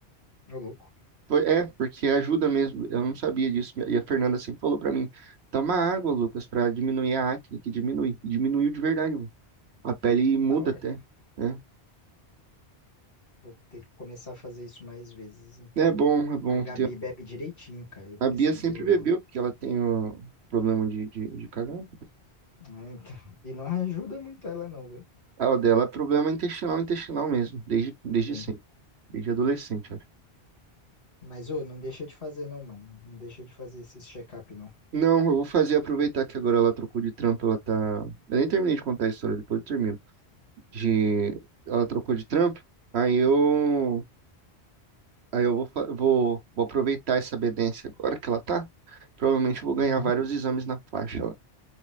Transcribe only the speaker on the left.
Ô, louco.
Da hora,
cara.
Vou ter que começar a fazer isso mais vezes, então.
A Gabi
bebe direitinho, cara. Eu preciso.
Ah, Então... E não ajuda muito ela, não, viu?
Sim.
Mas, ô, não deixa de fazer, não, mano. Não deixa de fazer esses check-up, não.
Uhum.